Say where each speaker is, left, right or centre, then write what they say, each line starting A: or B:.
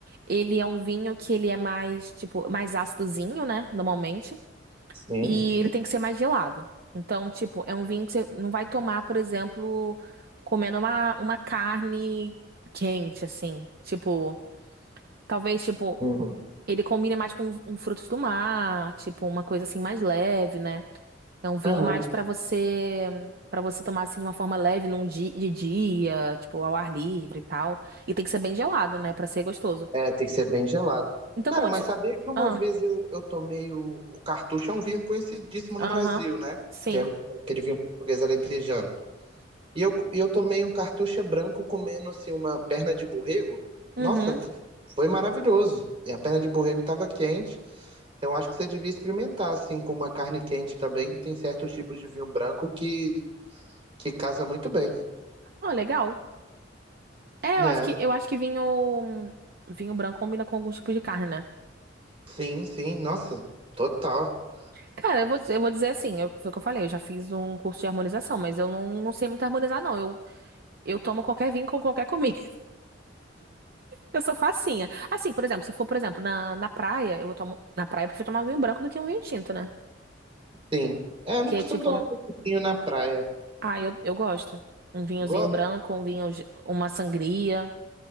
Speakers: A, on the right (about 55°); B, on the right (about 30°).
A: ele é um vinho que ele é mais, tipo, mais ácidozinho, né, normalmente,
B: Sim.
A: e ele tem que ser mais gelado. Então, tipo, é um vinho que você não vai tomar, por exemplo, comendo uma, uma carne quente, assim. Tipo, talvez, tipo,
B: Uhum.
A: ele combine mais com um frutos do mar, tipo, uma coisa assim mais leve, né? É um vinho
B: Aham.
A: mais pra você para você tomar assim de uma forma leve num dia, de dia, tipo ao ar livre e tal. E tem que ser bem gelado, né, Pra ser gostoso.
B: É, tem que ser bem gelado.
A: Então
B: Cara,
A: como eu
B: mas
A: te
B: sabia que uma
A: Ah,
B: vez eu, eu tomei o, o cartucho, é um vinho conhecidíssimo no
A: aham.
B: Brasil, né?
A: Sim.
B: Que é aquele vinho português alentejano. E eu, e eu tomei um cartucha branco comendo assim uma perna de borrego. Nossa,
A: Uhum.
B: t- foi maravilhoso. E a perna de borrego estava quente. Então acho que você devia experimentar assim com uma carne quente também. Tem certos tipos de vinho branco que que casa muito bem,
A: Ah, legal. É,
B: né?
A: eu acho que eu acho que vinho vinho branco combina com alguns tipos de carne, né?
B: Sim, sim. Nossa, total.
A: Cara, eu vou, eu vou dizer assim, eu- foi o que eu falei, eu já fiz um curso de harmonização, mas eu não, não sei muito harmonizar, não. Eu, eu tomo qualquer vinho com qualquer comida. Eu sou facinha. Assim, por exemplo, se for, por exemplo, na, na praia, eu vou tomar. Na praia, eu prefiro tomar um vinho branco do que um vinho tinto, né?
B: Sim. É, eu não
A: Que
B: costumo
A: é tipo.
B: tomar
A: não-
B: muito vinho na praia.
A: Ah, eu, eu gosto. Um vinhozinho
B: Gosto.
A: branco, um vinho. de- Uma sangria.